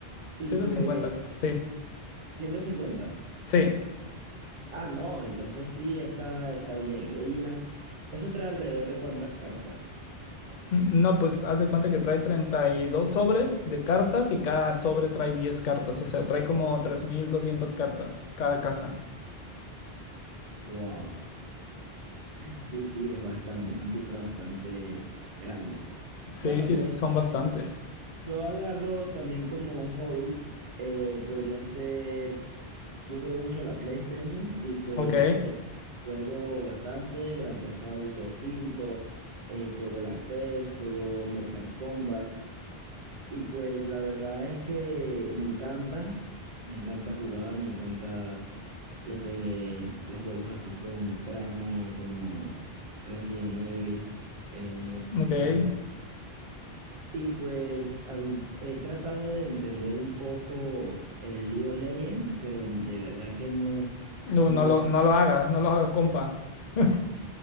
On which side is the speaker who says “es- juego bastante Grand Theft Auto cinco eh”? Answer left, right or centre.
Right